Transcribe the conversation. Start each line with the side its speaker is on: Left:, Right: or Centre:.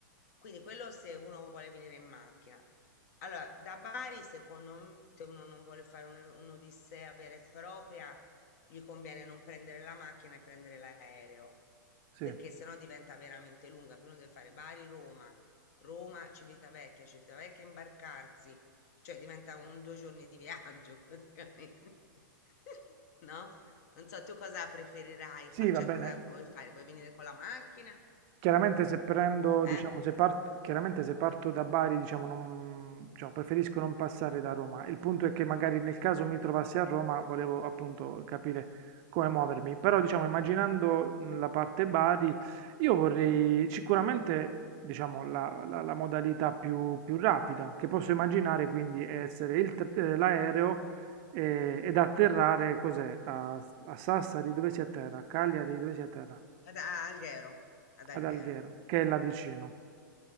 Left: Quindi quello se uno vuole venire in macchina. Allora, da Bari, secondo me, se uno non vuole fare un- un'odissea vera e propria, gli conviene non prendere la macchina e prendere l'aereo
Right: sì.
Left: perché sennò diventa veramente lunga. Prima deve fare Bari-Roma, Roma-Civitavecchia, Civitavecchia Civitavecchia imbarcarsi, cioè diventa un due giorni di viaggio <laughs> praticamente, <laughs> no? Non so, tu cosa preferirai
Right: Sì,
Left: fare?
Right: va
Left: Cioè,
Right: bene.
Left: cosa vuoi fare? Vuoi venire con la macchina?
Right: Chiaramente se prendo,
Left: Eh?
Right: diciamo, se parto, chiaramente se parto da Bari, diciamo, non- diciamo, preferisco non passare da Roma. Il punto è che magari nel caso mi trovassi a Roma, volevo appunto capire come muovermi. Però, diciamo, immaginando mh, la parte Bari, io vorrei sicuramente, diciamo, la, la- la modalità più, più rapida che posso immaginare, quindi, è essere il tr- eh, l'aereo eh, ed atterrare, cos'è? A, a Sassari, dove si atterra? A Cagliari, dove si atterra?
Left: Ad a Alghero, ad
Right: ad
Left: Alghero,
Right: Alghero, che è là vicino.